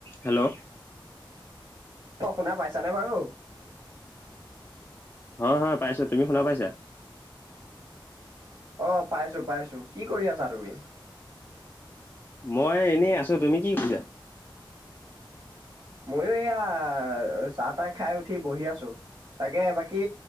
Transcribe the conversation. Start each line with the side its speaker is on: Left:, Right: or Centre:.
Left: Hello.
Right: অ', শুনা পাইছানে বাৰু?
Left: হয় হয় পাইছো, তুমি শুনা পাইছা?
Right: অ', পাইছো পাইছো, কি কৰি আছা তুমি?
Left: মই এনেই আছো, তুমি কি কৰিছা?
Right: ময়ো এয়া চাহ তাহ খাই উঠি বহি আছো, তাকে বাকী